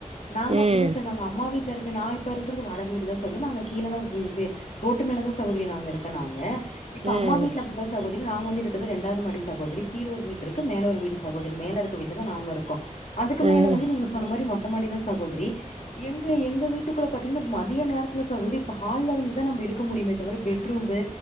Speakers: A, on the left (about 60°); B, on the right (about 50°).
A: நாங்க
B: ம்
A: அப்படிதா செரிங் அம்மா வீட்ல இருக்க நா இப்ப இருக்குறது வாடக வீடு. தா சகோதரி நாங்க கீழதா ரோட்டு மேலதா சகோதரி நாங்க இருக்கநான்னு. இப்ப
B: ம்
A: அம்மா வீட்ல அப்படிதா சாகோ. நாங்க வந்து இருக்கிறது ரெய்ண்டாவது மாடி சகோதரி கீழ ஒரு. இருக்கு மேல ஒரு வீடு சகோதிரி. மேல இருக்க வீட்லதா நாங்க இருக்கோ. அதுக்கு
B: ம்
A: மேல வந்து நீங்க சொன்ன மாரி மொட். மொட்ட மாடிதா சகோதரி. எங்க எங்க வீட்டுக்குள்ள. பாத்தீங்கன்னா மதிய நேரத்துல சகோதரி இப்ப ஹால்ல இருந்து தான் நம்ம இருக்க முடியுமே தவிர பெட் ரூம்பு